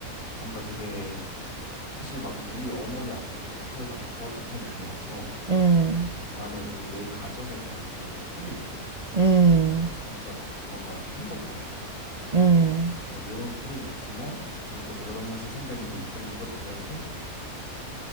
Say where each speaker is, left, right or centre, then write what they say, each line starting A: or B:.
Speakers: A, on the left; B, on the right.
A: 뭔가 되게 사실 막 우리 어머니 아버지가 사이가 막 좋았던 편이 아니라서
B: 음,
A: 나는 이내 가정에 대한 그 꿈이 있거든.
B: 음,
A: 진짜 뭔가 행복하고 싶다.
B: 음.
A: 약간 이런 꿈이 있지만 근데 또 결혼하신 선배님들 이야기 들어보면은